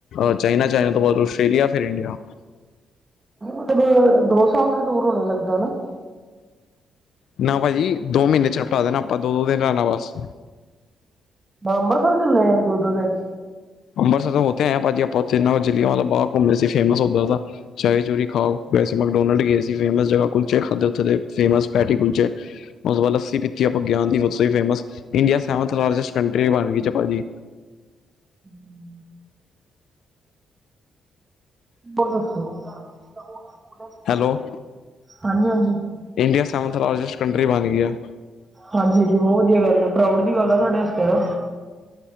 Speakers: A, on the left; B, on the right.
A: ਅ ਚਾਈਨਾ ਚਾਈਨਾ ਤੋਂ ਬਹੁਤ ਆਸਟ੍ਰੇਲੀਆ ਫਿਰ ਇੰਡੀਆ
B: ਉਥੇ ਦੋ ਸਾਲ ਦਾ ਟੂਰ ਹੋਣਾ ਲੱਗਦਾ ਨਾ
A: ਨਾ ਭਾਜੀ ਦੋ ਮਹੀਨੇ ਚ ਲਪਟਾ ਦੇਣਾ ਆਪਾਂ ਦੋ ਦੋ ਦਿਨ ਲਣਾ ਬਸ
B: ਅੰਮ੍ਰਿਤਸਰ ਮੈਂ ਆ ਦੋ ਦੋ ਦਿਨ
A: ਅੰਮ੍ਰਿਤਸਰ ਹੋ ਤਾ ਆਏ ਹੈ ਭਾਜੀ ਆਪਾ ਉੱਥੇ ਨਾਲ ਜ਼ਿਲ੍ਹੀਆਂ ਵਾਲਾ ਬਾਗ ਘੁੰਮਦੇ ਸੀ ਫੇਮਸ ਉਧਰ ਦਾ ਚੇਰੀ ਚੂਰੀ ਖਾਓ ਵੈਸੇ ਮਕਡੋਨਲਡ ਗਏ ਸੀ ਫੇਮਸ ਜਗ੍ਹਾ ਕੁਲਚੇ ਖਾਧੇ ਉੱਥੇ ਦੇ ਫੇਮਸ ਪੈਟੀ ਕੁਲਦੇਵ ਉਸ ਤੋ ਬਾਦ ਲਸੀ ਪੀਤੀ ਕਿ ਆਪਾ ਗਿਆਨ ਦੀ ਸਬ ਸੇ famous India seventh lust country ਬਣ ਗਈ ਭਾਜੀ
B: ਹਮ ਹੋਰ ਦਸੋ ਹਾਂਜੀ,
A: ਹੈਲੋ
B: ਹਾਂਜੀ।
A: ਇੰਡੀਆ ਸੈਵਨਥ ਲਾਰਜੈਸਟ ਕੰਟਰੀ ਬਣ ਗਈ ਹੈ
B: ਹਾਂਜੀ, ਹਾਂਜੀ ਬਹੁਤ ਵਧੀਆ ਗੱਲ ਆ ਪ੍ਰਊਡ ਦੀ ਗੱਲ ਆ ਸਾਡੇ ਵਾਸਤੇ ਤਾਂ